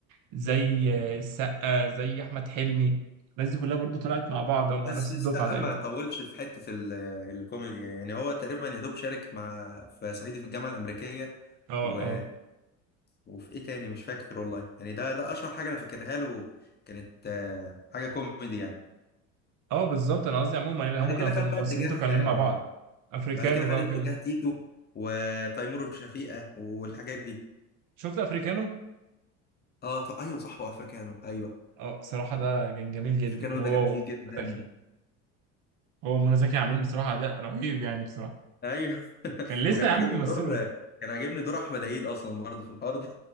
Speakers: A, on the right; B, on the left.
A: زي آه، السقا زي احمد حلمي الناس دي كلها برضو طلعت مع بعض هم
B: بس
A: نفس
B: السقا
A: الدفعه تقريبا
B: ما طولش في حته ال- الكوميدي يعني هو تقريبا يا دوب شارك مع في صعيدي في الجامعه الامريكيه
A: اه
B: و...
A: اه
B: وفي ايه تاني مش فاكر والله يعني ده ده اشهر حاجه انا فاكرها له كانت آه، حاجه كوميدي يعني
A: اه بالظبط انا قصدي عموما يعني
B: بعد
A: هم كانوا
B: كده خد
A: الممثلين
B: بقى اتجاه
A: دول كانوا
B: آه،
A: لين مع بعض افريكانو
B: بعد كده خد
A: بقى
B: اتجاه
A: وكده
B: تيتو وتيمور وشفيقة والحاجات دي
A: شفت افريكانو
B: اه طب ايوه صح وافريكانو ايوه
A: اه بصراحه ده كان جميل جدا
B: افريكانو
A: هو
B: ده جميل
A: ومنى
B: جدا
A: زكي هو ومنى زكي عاملين بصراحه اداء رهيب يعني بصراحه
B: ايوه <laughs>
A: كان لسه
B: وكان
A: يا
B: عاجبني
A: عم بيمثلوا
B: دور كان عاجبني دور احمد عيد اصلا برضه في الحوار ده